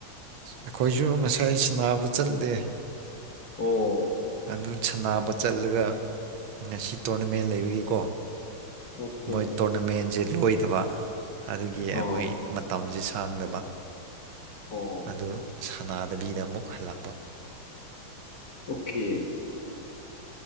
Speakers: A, on the right; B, on the left.
A: ꯑꯩꯈꯣꯏꯁꯨ ꯉꯁꯥꯏ ꯁꯟꯅꯕ ꯆꯠꯂꯦ
B: ꯑꯣ
A: ꯑꯗꯨ ꯁꯅꯕ ꯆꯠꯂꯒ ꯉꯁꯤ ꯇꯣꯔꯅꯃꯦꯟ ꯂꯩꯕꯒꯤꯀꯣ
B: ꯑꯣꯀꯦ
A: ꯃꯣꯏ ꯇꯣꯔꯅꯥꯃꯦꯟꯁꯦ ꯂꯣꯏꯗꯕ ꯑꯗꯨꯒꯤ ꯑꯩꯈꯣꯏ
B: ꯑꯣ
A: ꯃꯇꯝꯁꯦ ꯁꯥꯡꯗꯕ
B: ꯑꯣ
A: ꯑꯗꯨ ꯁꯅꯥꯗꯕꯤꯗ ꯑꯃꯨꯛ ꯍꯜꯂꯛꯄ
B: ꯑꯣꯀꯦ